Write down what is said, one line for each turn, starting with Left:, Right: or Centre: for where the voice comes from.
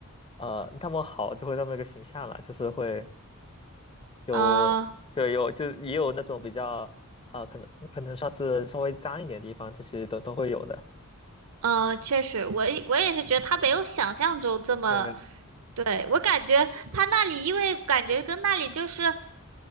Left: 呃那么好，就会那么一个形象了，就是会。有，
Right: 呃
Left: 就有，就是也有那种比较啊、呃可能可能上次稍微脏一点的地方，这些都都会有的。
Right: 呃，确实，我也我也是觉得它没有想象中这么，
Left: 对，
Right: 对，我感觉它那里因为感觉跟那里就是。